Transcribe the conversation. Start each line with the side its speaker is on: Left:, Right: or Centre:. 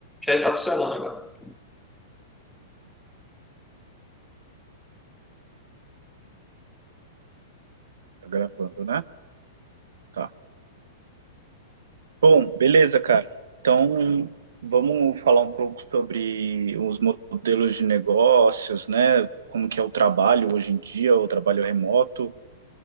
Centre: já está funcionando agora.
Right: Tá gravando, né? Tá. Bom, beleza, cara. Então, vamos falar um pouco sobre os modelos de negócios, né? Como que é o trabalho hoje em dia, o trabalho remoto.